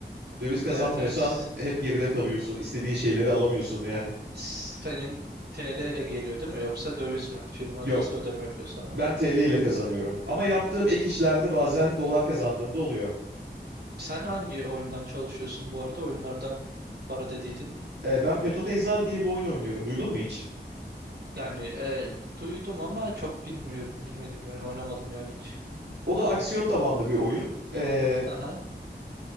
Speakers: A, on the right; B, on the right.
A: Döviz kazanmıyorsan
B: Evet evet.
A: hep geride kalıyorsun. İstediğin şeyleri alamıyorsun yani.
B: Senin TL ile geliyor değil mi? Yoksa döviz mi? Firma
A: Yok,
B: nasıl ödeme yapıyor sana?
A: ben TL ile kazanıyorum. Ama yaptığım ek işlerde bazen dolar kazandığımda oluyor.
B: Sen hangi oyundan çalışıyorsun bu arada? Oyunlardan para dediydin.
A: Ee, ben Path of Exile diye bir oyun oynuyorum. Duydun mu hiç?
B: Yani e, duydum ama çok bilmiyor, bilmediğim bir oyun oynamadım yani hiç.
A: O da aksiyon tabanlı bir oyun. Ee,
B: Aha.